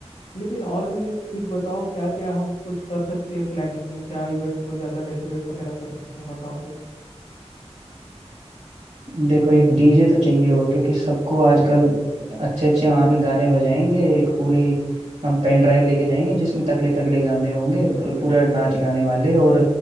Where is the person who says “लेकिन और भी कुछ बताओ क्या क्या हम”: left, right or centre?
Left